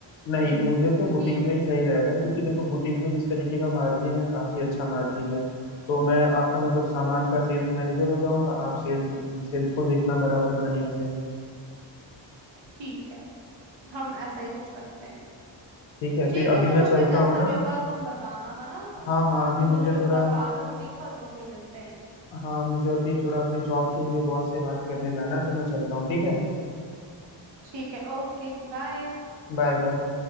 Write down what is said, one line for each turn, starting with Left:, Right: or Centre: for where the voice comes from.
Left: नहीं मुझे तो
Right: क्योंकि
Left: बुटीक में ही सही रहेगा
Right: हम्म
Left: क्योंकि देखो बुटीक में जिस तरीके का मार्जिन है काफी अच्छा मार्जिन है तो मैं आपका मतलब सामान का सेल्स मैनेजर हो जाऊंगा आप सेल्स सेल्स को देखना बराबर बढ़िया से
Right: ठीक है हम ऐसा ही कुछ करते हैं
Left: ठीक है
Right: ठीक
Left: फिर अभी
Right: है चलो
Left: मैं चलता
Right: फिर जैसा
Left: हूँ ना
Right: भी होगा तुम बताना है ना
Left: हाँ हाँ अभी
Right: फिर मुझे
Left: मुझे
Right: भी
Left: थोड़ा
Right: थोड़ा काम है बुटीक का तो फिर मिलते हैं
Left: हाँ मुझे अभी थोड़ा अपने जॉब
Right: <laughs>
Left: के लिए बॉस से बात करने जाना है तो मैं चलता हूँ ठीक है
Right: ठीक है ओके बाय
Left: Bye bye